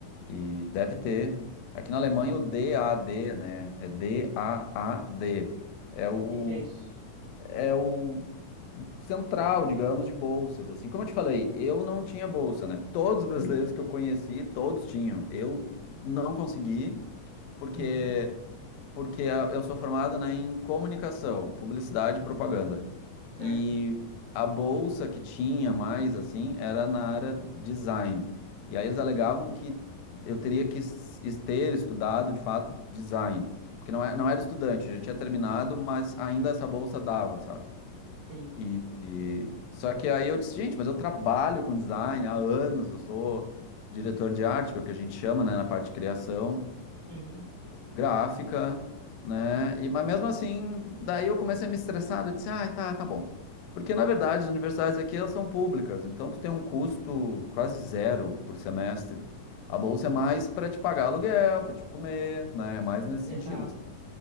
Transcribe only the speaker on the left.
e deve ter. Aqui na Alemanha o DAD, né? É D-A-A-D. É o,
é o central, digamos, de bolsas, assim. Como eu te falei, eu não tinha bolsa, né? Todos os brasileiros que eu conheci, todos tinham. Eu não consegui, porque
porque a- eu sou formado, né, em comunicação, publicidade e propaganda.
E a bolsa que tinha mais, assim, era na área design. E aí eles alegavam que eu teria que es- ter estudado, de fato, design. Porque não, é- não era estudante, já tinha terminado, mas ainda essa bolsa dava, sabe?
E, e- Só que aí eu disse, gente, mas eu trabalho com design há anos, eu sou diretor de arte, que é o que a gente chama, né, na parte de criação
gráfica, né? E, mas mesmo assim, daí eu comecei a me estressar, eu disse, ah, tá, tá bom. Porque, na verdade, as universidades aqui, elas são públicas, então tu tem um custo quase zero por semestre. A bolsa é mais para te pagar aluguel, para te comer, né? É mais nesse
sentido. assim.